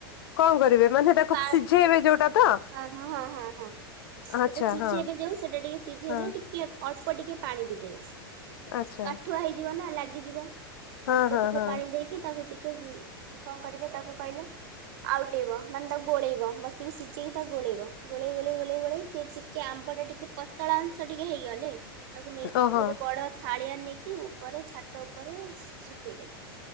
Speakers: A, on the left; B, on the right.
A: କଣ କରିବେ? ମାନେ ତାକୁ
B: ପା
A: ଫ ସିଝେଇବେ ଯୋଉଟା ତ?
B: ହଁ ହଁ ହଁ ହଁ ହଁ ସେଟା
A: ଆଚ୍ଛା
B: ସିଝେଇବେ
A: ହଁ
B: ଯୋଉ ସେଟା ଟିକେ ସିଝି
A: ହଁ
B: ହେଲେ ଟିକେ ଅଳ୍ପ ଟିକେ ପାଣି ଦେଇଦେବେ
A: ଆଚ୍ଛା
B: କାଠୁଆ ହେଇଯିବ ନା ଲା ଲାଗିଯିବ।
A: ହଁ
B: ଅଳ୍ପ
A: ହଁ
B: ଟିକେ
A: ହଁ
B: ପାଣି ଦେଇକି ତାକୁ ଟିକେ ଟେ କଣ କରିବେ ତାକୁ କହିଲ ଆଉଟେଇବ ମାନେ ତାକୁ ଗୋଳେଇବ ମସିକି ସିଝେଇ ତ ଗୋଳେଇବ ଗୋଳେଇ ଗୋଳେଇ ଗୋଳେଇ ଗୋଳେଇ ସେ ଟିକେ ଆମ୍ବ ଟା ଟିକେ ପତଳା ଅଂଶ ଟିକେ ହେଇଗଲେ ତାକୁ ନେଇକି
A: ଓହୋ
B: ଗୋଟେ ବଡ ଥାଳିଆ ନେଇକି କି ଉପରେ ଛାତ ଉପରେ ଶୁଖେଇଦେବେ।